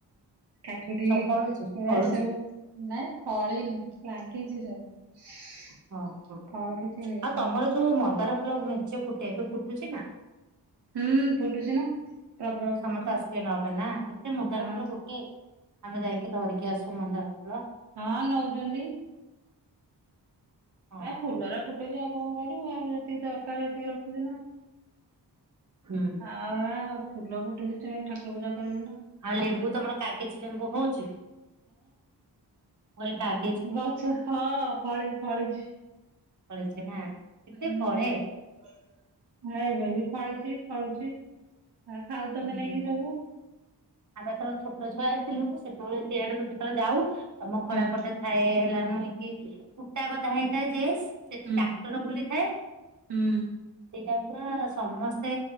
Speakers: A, on the right; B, on the right.
A: କାକୁଡି
B: ସବୁ ଫଳୁଛି?
A: ଏରା
B: ଫଳୁଛି
A: ସବୁ ନାଇଁ ଫଳିନି ଲାଗିଛି ସବୁ।
B: ହଁ <unintelligible>
A: ଫଳ କିଛି ହେଇନି
B: ତମର ଯୋଉ ମନ୍ଦାର ଫୁଲ ମେଞ୍ଚେଫୁଟେ ଏବେ ଫୁଟୁଛି ନା।
A: ହୁଁ ଫୁଟୁଛି ନା। ପ୍ରବଳ
B: ସମସ୍ତେ
A: ଫୁଟୁଛି
B: ଆସୁଥିବେ ନବା ପାଇଁ ନା। କେତେ ମୁନ୍ଧର
A: ହଁ
B: ଫୁଲ ଫୁଟେ। ଆମେ ଯାଇକି ଧରିକି ଆସୁ ମନ୍ଦାର ଫୂଳ?
A: ହଁ ନଉତନ୍ତି।
B: ହଁ।
A: ଏର। ଫୁଲରା ଫୁଟୁଛି ଆଉ କଣ କରିବୁ? ଆମ ଯେତିକି ଦରକାର ସେତିକି ରଖୁଛି ନା।
B: ହୁଁ
A: ଆଉ ଫୁଲ ଗୋଟେ <unintelligible> ପୂଜା କରିବ।
B: ଆଉ ଲେମ୍ବୁ ତମର କାଗଜ ଲେମ୍ବୁ ହଉଛି <inaudible> କିଲେ କାଗ।
A: ବାଛା ହଁ ଫଳି ଫଳିଛି।
B: ପଳେଇଛି ନା। କେତେ
A: ହୁଁ
B: ଫଳେ
A: <inaudible> ଏବେ ବି ଫଳିଛି ଫଳୁଛି। ଆଉ ଖାଉଛନ୍ତି
B: ହୁଁ
A: ନାଇ କିି ସବୁ।
B: ଆମେ ତଳେ ଛୋଟ ଛୁଆ ହେଇଥିଲୁ। ସେତେବ <unintelligible> ସେଇଆଡେକୁ ଯେତେବେଳେ ଯାଉ ତମ ଖଳାପଟେ
A: ହୁଁ
B: ଏ ହେଲା ନିକି କି କୁଟା ଗଦା ହେଇଥାଏ ଜେସ୍। ସେଠି
A: ହୁଁ
B: ଟ୍ରାକ୍ଟର ବୁଲିଥାଏ।
A: ହୁଁ
B: ସେଇଟା ପୁରା ସମସ୍ତେ